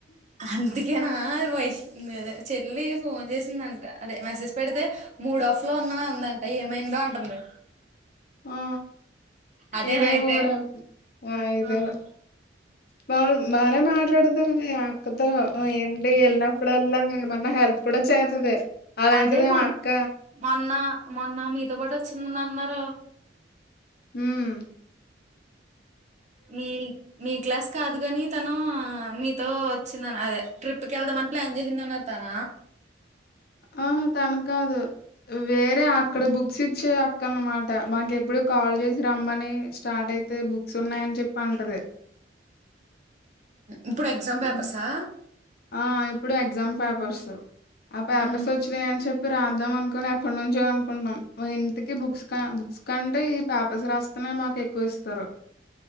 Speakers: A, on the right; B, on the left.
A: అంతకనా ఆ వయసుద చెల్లి ఫోన్ చేసిందంట అదే మెసేజ్ పెడితే మూడు ఆఫ్ లో ఉన్నా అందంట ఏమైందో అంటుంది
B: ఆ
A: అదేనా
B: ఇదే
A: అయితే
B: మూడ ఆ ఇదే
A: ఆహా
B: బా బానే మాట్లాడుతుంది అక్కతో ఏంటి వెళ్ళినప్పుడల్లా ఏమన్నా హెల్ప్ కూడా చేతది అలాంటిది
A: అదే మొన్న
B: ఆ అక్క
A: మొన్న మొన్న మీతో పాటు చిన్న అన్నారు
B: హమ్
A: మీ మీ క్లాస్ కాదు కాని తను మీతో వచ్చింద అదే ట్రిప్ కి వెళ్దామని ప్లాన్ చేసింది అన్నారు తన
B: ఆా తనకాదు వేరే అక్కడ బుక్స్ ఇచ్చే అక్కన అన్నమాట మాకు ఎప్పుడు కాల్ చేసి రమ్మని స్టార్ట్ అయితే బుక్స్ ఉన్నాయని చెప్పి అంటది
A: ఇప్పుడు ఎగ్జామ్
B: హ్మ్.
A: పేపర్సా
B: ఆ ఇప్పుడు ఎగ్జామ్ పేపర్స్ ఆ పేపర్స్
A: ఉహు
B: వచ్చినాయని చెప్పి రాద్దాం అనుకుని ఎప్పటి నుంచో అనుకుంటాం ఇంటికి బుక్స్ బుక్స్ కంటే ఈ పేపర్స్ రాస్తున్నా మాకు ఎక్కువ ఇస్తారు